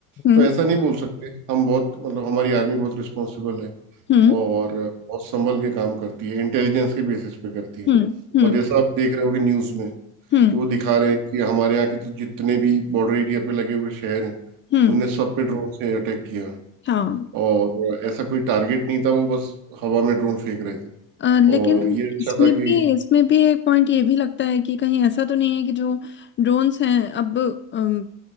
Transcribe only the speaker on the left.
हम्म
हम्म
हम्म हम्म
हम्म
हम्म
हाँ
अ, लेकिन
इसमें
भी
इसमें भी एक पॉइंट ये भी लगता है कि कहीं ऐसा तो नहीं है कि जो ड्रोन्स हैं अब अम,